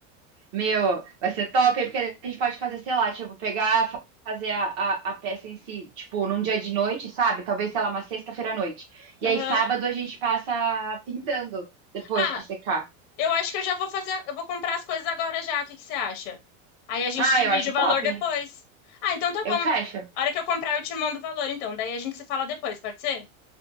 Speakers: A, on the right (about 50°); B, on the left (about 25°).
A: Meu, vai ser top, hein? Porque a gente pode fazer, sei lá, tipo, pegar, fa- fazer a, a, a peça em si, tipo, num dia de noite, sabe? Talvez, sei lá, uma sexta-feira à noite.
B: Aham.
A: E aí, sábado, a gente passa pintando depois
B: Ah,
A: que secar.
B: Eu acho que eu já vou fazer, eu vou comprar as coisas agora já. O que que você acha? Aí a gente
A: Ah,
B: divide
A: eu acho
B: o
A: top.
B: valor depois. Ah, então tá
A: Eu
B: bom.
A: fecho.
B: A hora que eu comprar, eu te mando o valor, então. Daí a gente se fala depois, pode ser?